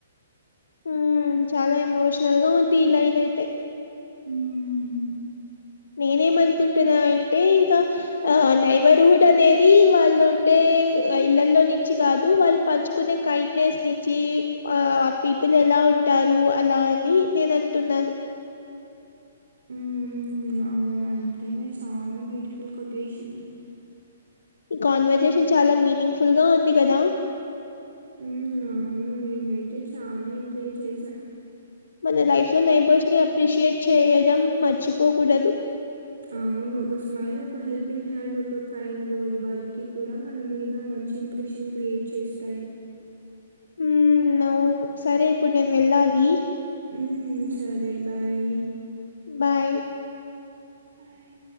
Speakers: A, on the left; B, on the right.
A: ఉ చాలా ఎమోషనల్ గా ఉంది ఈ లైన్ అయితే
B: హ్మ్.
A: నేనేమనుకుంటున్నావంటే ఇంకా ఆ నైబర్హుడ్ అనేది వాళ్ళు ఉండే ఇళ్లల్లో నుంచి కాదు వాళ్ళు పంచుకునే కైండ్నెస్ నుంచి ఆ ఆ పీపుల్ ఎలా ఉంటారు అలా అని నేను అంటున్నాను
B: ఉ అవును అంతేనే చానా బ్యూటిఫుల్ కొటేషన్
A: ఈ కాన్వర్జేషన్ చాలా మీనింగ్ ఫుల్ గా ఉంది కదా
B: ఉ అవును నేనయితే చాలా ఎంజాయ్ చేసా
A: మన లైఫ్ లో నైబర్స్ ని అప్రిషియేట్ చేయడం మర్చిపోకూడదు
B: అవును ఒక స్మైల్ ఒక హెల్పింగ్ హ్యాండ్ ఒక కైండ్ వర్డ్ వాళ్ళకి కూడా మన మీద మంచి ఇంప్రెషన్ క్రియేట్ చేస్తాయి
A: ఉ అవును సరే ఇప్పుడు నేను వెళ్ళాలి
B: ఉ సరే బాయ్
A: బాయ్
B: బాయ్